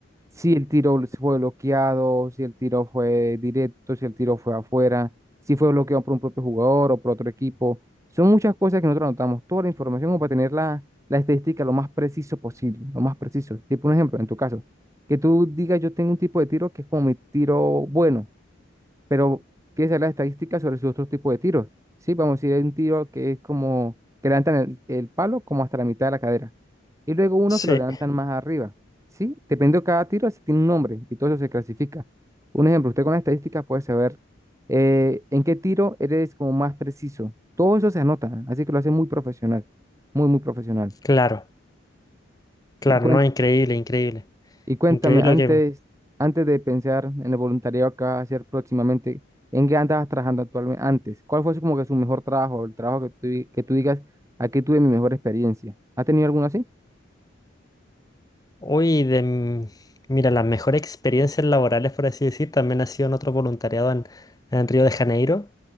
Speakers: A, on the right (about 15°); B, on the left (about 20°).
A: si el tiro fue bloqueado, si el tiro fue directo, si el tiro fue afuera, si fue bloqueado por un propio jugador o por otro equipo. Son muchas cosas que nosotros anotamos, toda la información como para tener la, la estadística lo más preciso posible, lo más preciso. Tipo un ejemplo, en tu caso, que tú digas yo tengo un tipo de tiro que es como mi tiro bueno pero quiere saber las estadísticas sobre sus otros tipos de tiros. Sí, vamos a decir, hay un tiro que es como que levantan el, el palo como hasta la mitad de la cadera. Y luego uno
B: sí,
A: que lo levantan más arriba. Sí, dependiendo de cada tiro, se tiene un nombre y todo eso se clasifica. Un ejemplo, usted con las estadísticas puede saber eh, en qué tiro eres como más preciso. Todo eso se anota, así que lo hace muy profesional, muy, muy profesional.
B: claro, claro,
A: Y
B: no, increíble, increíble,
A: y cuéntame,
B: increíble
A: antes,
B: lo que...
A: antes de pensar en el voluntariado que vas a hacer próximamente, ¿en qué andabas trabajando actualmente antes? ¿Cuál fue su- como que su mejor trabajo, el trabajo que tú, di- que tú digas, aquí tuve mi mejor experiencia? ¿Has tenido alguno así?
B: Hoy de... m- Mira, las mejores experiencias laborales, por así decir, también ha sido en otro voluntariado en, en Río de Janeiro,